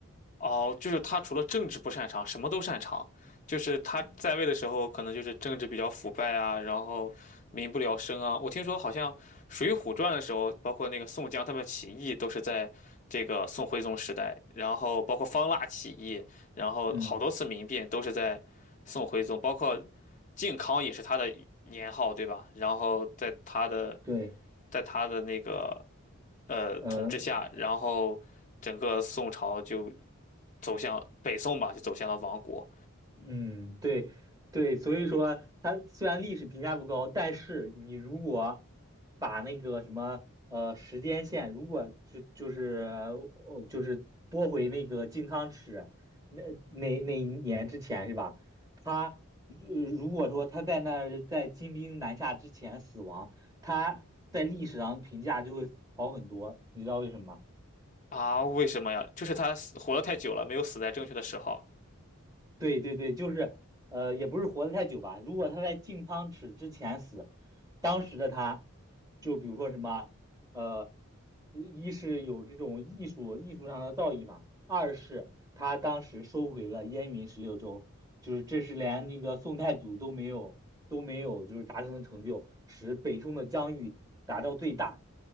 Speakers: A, on the left; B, on the right.
A: 哦，就是他除了政治不擅长，什么都擅长。就是他在位的时候，
B: 嗯
A: 可能就是政治比较腐败啊，然后民不聊生啊。我听说好像《水浒传》的时候，包括那个宋江他们起义，都是在这个宋徽宗时代，然后包括方腊起义，然后好多次民变都是在宋徽宗，
B: 嗯，
A: 包括靖康也是他的年号，对吧？然后在他的
B: 对，
A: 在他的那个呃统治下，
B: 嗯、
A: 然后整个宋朝就。走向北宋吧，就走向了亡国
B: 嗯，对对，所以说它虽然历史评价不高，但是你如果把那个什么呃时间线，如果就就是哦就是拨回那个靖康耻那那那一年之前是吧？他呃如果说他在那儿在金兵南下之前死亡，他在历史上评价就会好很多，你知道为什么吗？
A: 啊？为什么呀？就是他死活得太久了，没有死在正确的时候。
B: 对对对，就是呃，也不是活得太久吧。如果他在进汤匙之前死，当时的他，就比如说什么，呃，一是有这种艺术艺术上的造诣嘛，二是他当时收回了燕云十六州，就是这是连那个宋太祖都没有都没有就是达成的成就，使北宋的疆域达到最大，